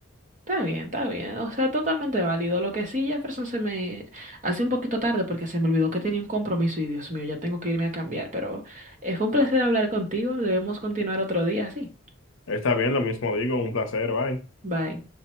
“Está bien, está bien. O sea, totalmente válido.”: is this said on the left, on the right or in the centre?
Right